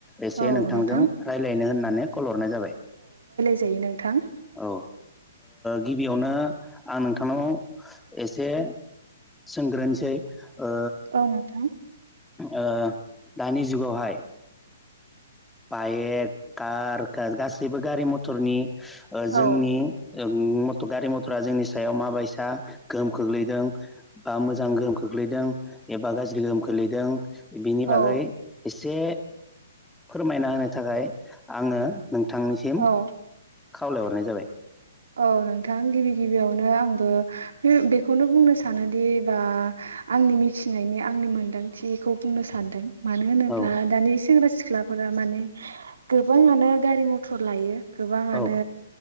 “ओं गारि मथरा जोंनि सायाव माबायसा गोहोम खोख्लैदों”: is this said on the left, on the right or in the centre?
Centre